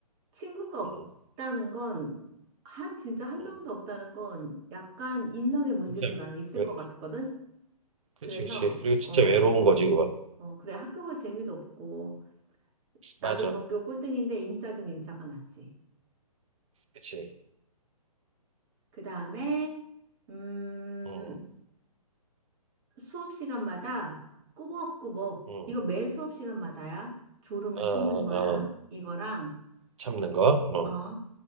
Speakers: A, on the right (about 30°); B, on the right (about 55°).
A: 친구가 없다는
B: 응,
A: 건, 한, 진짜 한
B: 응,
A: 명도 없다는 건 약간 인성의 문제도
B: 진짜
A: 나는 있을
B: 왜,
A: 것 같거든? 그래서,
B: 그치, 그치. 그리고 진짜
A: 어,
B: 외로운 거지, 그거.
A: 어, 그래, 학교 갈 재미도 없고, 나도
B: 맞아.
A: 전교 꼴등인데 인싸 중 인싸가 낫지.
B: 그치.
A: 그 다음에, 음,
B: 응,
A: 수업 시간마다 꾸벅꾸벅,
B: 응,
A: 이거 매 수업 시간마다야. 졸음을
B: 어,
A: 참는 거야.
B: 어,
A: 이거랑,
B: 참는 거. 어,
A: 어,